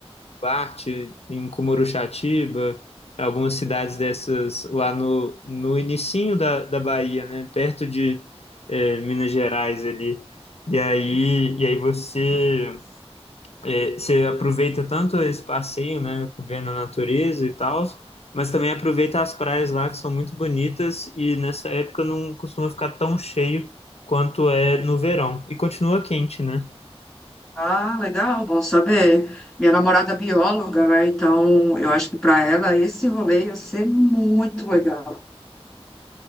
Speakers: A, on the left; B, in the centre.
A: Duarte, em Cumuruxatiba, algumas cidades dessas lá no, no inicinho da, da Bahia, né? Perto de eh, Minas Gerais ali. E aí, e aí você, eh, você aproveita tanto esse passeio, né? Vendo a natureza e tal, mas também aproveita as praias lá que são muito bonitas e nessa época não costuma ficar tão cheio quanto é no verão. E continua quente, né?
B: Ah, legal, bom saber. Minha namorada é bióloga, né? Então eu acho que para ela esse rolê ia ser muito legal.